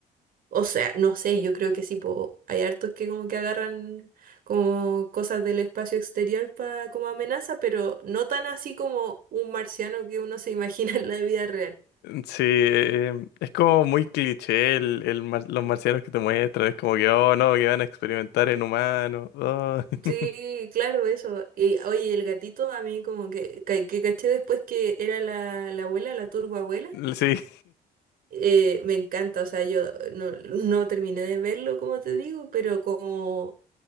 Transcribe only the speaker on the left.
Sí, eh, eh, es como muy cliché el, el mar- los marcianos que te muestran, es como que, oh no, que van a experimentar en humanos. oh. <laughs>
Sí,